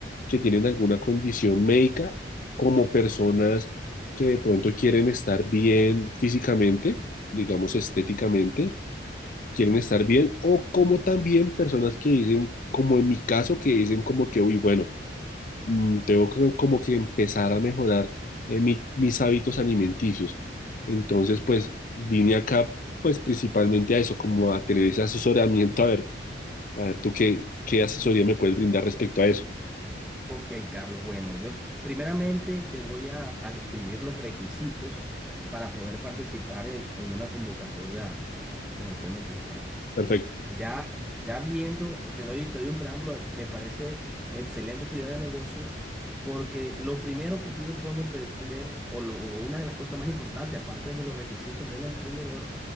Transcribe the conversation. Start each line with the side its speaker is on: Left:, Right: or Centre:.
Left: que tienen alguna condición médica, como personas que de pronto quieren estar bien físicamente, digamos estéticamente, quieren estar bien, o como también personas que dicen, como en mi caso, que dicen como que, uy, bueno, mm, tengo que, como que empezar a mejorar eh, mi- mis hábitos alimenticios. Entonces, pues vine acá, pues principalmente a eso, como a tener ese asesoramiento, a ver, a ver tú qué, qué asesoría me puedes brindar respecto a eso.
Centre: ok, Carlos. Bueno, yo primeramente te voy a, a describir los requisitos para poder participar en en una convocatoria con el Fondo Emprender.
Left: Perfecto.
Centre: Ya, ya viendo, te doy, te doy un preámbulo, eh, me parece excelente tu idea de negocio, porque lo primero que pide el Fondo Emprender, o, lo- o una de las cosas más importantes, aparte de los requisitos del emprendedor,